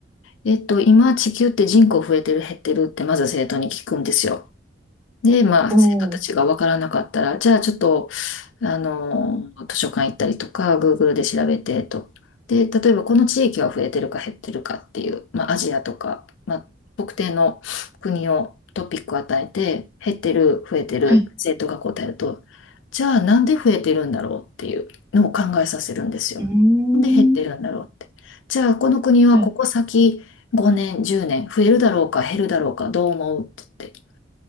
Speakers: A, on the left; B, on the right.
A: えっと、今地球って人口増えてる減ってるってまず生徒に聞くんですよ。で、まあ、
B: おー、
A: 生徒たちが分からなかったら、じゃあちょっと、あの、図書館行ったりとか、Google で調べてと。で、例えばこの地域は増えてるか減ってるかっていう、まあ、アジアとか、まあ、特定の国をトピックを与えて、減ってる、増えてる、
B: はい。
A: 生徒が答えると、じゃあなんで増えてるんだろうっていうのを考えさせるんですよ。
B: うーん、
A: なんで、減ってるんだろうって。じゃあこの国はここ先5年、
B: はい、
A: 10年増えるだろうか減るだろうかどう思うって言って。